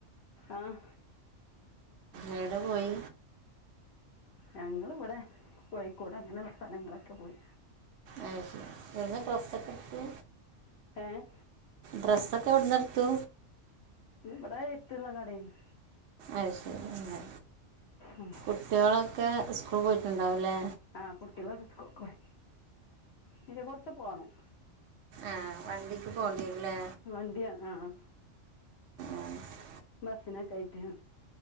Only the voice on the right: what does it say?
എവടെ പോയി
അയ് ശരി എവിടുന്നാ ഡ്രസ്സൊക്കെ എടുത്തു?
ഡ്രസ്സൊക്കെ എവിടന്ന് എടുത്തു
അയ് ശരി അങ്ങനെ
കുട്ട്യേളൊക്കെ സ്കൂൾ പോയിട്ടുണ്ടാവൂല്ലേ
ആഹ് വണ്ടിക്ക് പോണ്ടി വെരൂലേ
ആ